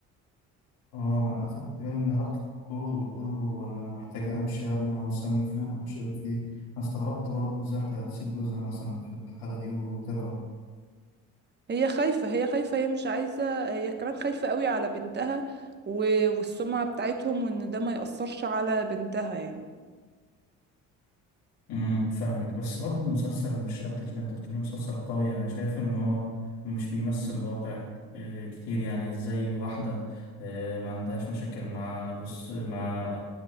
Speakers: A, on the left (about 70°); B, on the right (about 25°).
A: اه ما انا اخدت بالي ان هي راحت للدكتور وبتقول له انا محتاجة امشي قبل ما وسام يفوق مش عارف ايه انا استغربت برضه ازاي واحدة هتسيب جوزها مثلا في الحالة دي وتهرب
B: هي خايفة هي خايفة هي مش عايزة هي كمان خايفة قوي على بنتها و- والسمعة بتاعتهم وان ده ما يأثرش على بنتها يعني
A: امم فاهمك بس برضه المسلسل مش قد كده انت بتقول مسلسل قوي يعني شايف ان هو مش بيمثل الواقع ك- آه، كتير يعني زي واحدة آه، ما عندهاش مشاكل مع جوز مع